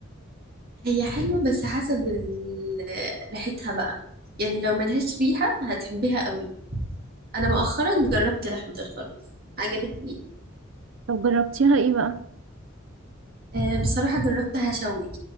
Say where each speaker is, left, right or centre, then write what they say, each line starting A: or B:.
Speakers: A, on the right; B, on the right.
A: هي حلوة بس حسب ال- ريحتها بقى يعني لو ملهاش ريحة هتحبيها قوي أنا مؤخرا جربت لحمة الخروف عجبتني
B: طب جربتيها ايه بقى
A: آه بصراحة جربتها شوي